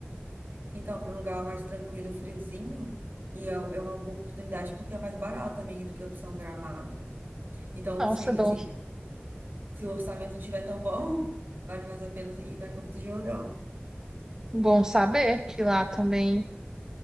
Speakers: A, on the right (about 55°); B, on the right (about 15°).
A: Então, para um lugar mais tranquilo, friozinho, e é, é uma boa oportunidade porque é mais barato também do que a opção Gramado. Então,
B: Nossa,
A: assim,
B: bom,
A: assim, se o orçamento não estiver tão bom, <laughs> vale mais a pena ir para Campos do Jordão.
B: bom saber que lá também